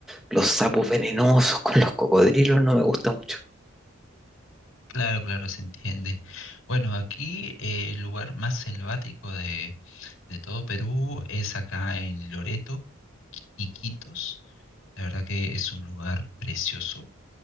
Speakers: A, in the centre; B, on the left (about 75°).
A: los sapos venenosos con los cocodrilos no me gusta mucho.
B: claro, claro, se entiende. Bueno, aquí eh, el lugar más selvático de todo Perú, es acá en Loreto y Quitos. La verdad que es un lugar precioso,